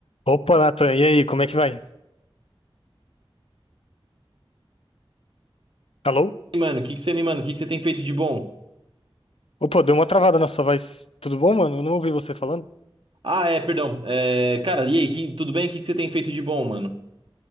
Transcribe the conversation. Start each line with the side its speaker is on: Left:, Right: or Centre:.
Left: Opa, Nathan, e aí, como é que vai? Alô?
Right: mano? O que que você me manda? O que que você tem feito de bom?
Left: Opa, deu uma travada na sua voz. Tudo bom, mano? Eu não ouvi você falando.
Right: Ah, é, perdão. É, cara, e aí, que- tudo bem? O que que você tem feito de bom, mano?